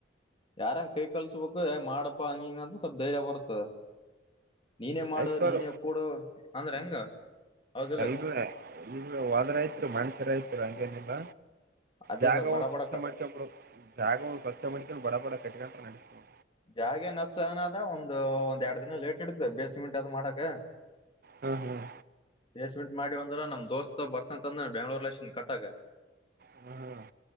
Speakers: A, on the left (about 30°); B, on the right (about 55°).
A: ಯಾರನ್ ಕ ಕಲ್ಸ್ಬೇಕು ಮಾಡಪ್ಪಾ ಹಂಗಿಂಗ ಅಂತ ಸ್ವಲ್ಪ ಧೈರ್ಯ ಬರ್ತದೆ ನೀನೇ ಮಾಡು
B: ಆಯ್ತವ್ರ
A: ನೀನೇ ಕೊೂಡು ಅಂದ್ರೆ ಹೆಂಗ ಹೌದಿಲ್ಲ
B: ಎಲ್ ಇ ಹೋದ್ರಯತ್ರು ಮಣಸ್ಯರ ಆತ್ರು ಹಂಗೇನಿಲ್ಲ
A: ಅದೇ
B: ಜಾಗ
A: ಸ್ವಲ್ಪ ಬಡ
B: ಒ ಸ್ವಚ್ಛ
A: ಬಡ
B: ಮಾಡ್ಕೊಂಡಬ ಜಾಗ ಒ ಸ್ವಚ್ಛ ಮಾಡ್ಕೊಂಡು ಬಡ ಬಡ ಕಟಗಂ ನಡೆಸ್ತ
A: ಜಾಗೆ ನಷ್ಟ ಅನದ ಒಂದು ಒಂದ ಎರಡು ದಿನ ಲೇಟ್ ಇಡತದೆ ಬೇಸಿಮೆಂಟ್ ಅದು್ ಮಾಡಕ
B: ಹ್ಮ ಹ್ಮ್
A: ದಸ್್ಮಂಟ್ ಮಾಡಿ ಒಂದು ಅ್ರ ನಮ್ ದೋಸ್ತ ಬರ್ತಂತ ಅಂದ್ರ ಬೆಂಗ್ಳೂರ್ ಲನ್ ಕಟ್ಟಾಗ
B: ಹ್ಮ್ ಹ